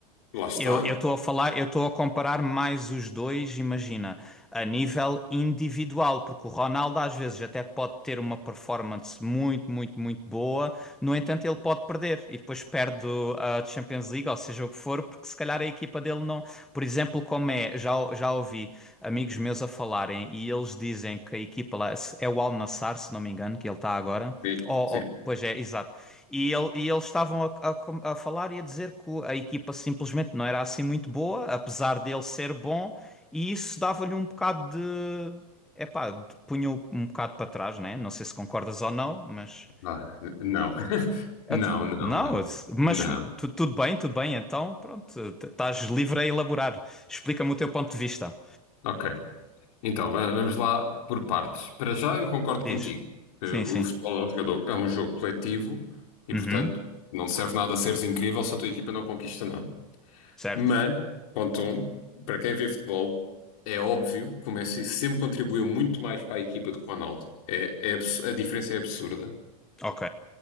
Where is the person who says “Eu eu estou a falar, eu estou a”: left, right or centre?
Centre